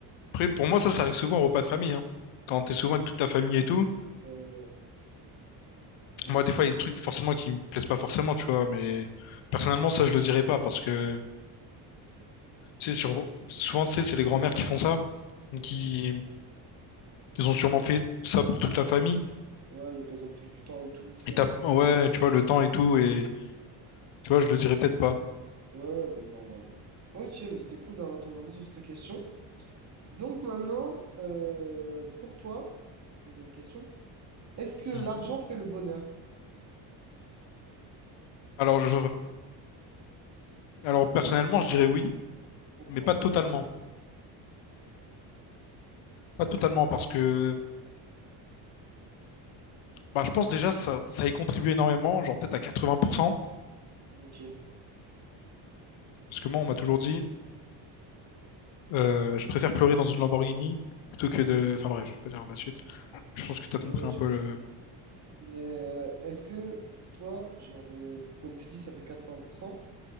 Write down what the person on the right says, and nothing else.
Ouais, ouais. ouais. Mais,
mhm.
Ouais, donc elles ont pris du temps et tout, flemme.
Ouais, ouais, ben normal. Ok, ben c'était cool d'avoir ton avis sur cette question. Donc, maintenant, euh, pour toi, deuxième question. Est-ce que l'argent
fait le bonheur?
Pourquoi?
Ok. Et
ouais,
j'ai
compris.
Et, euh, est-ce que pour toi, genre, euh, comme tu dis, ça fait 80%,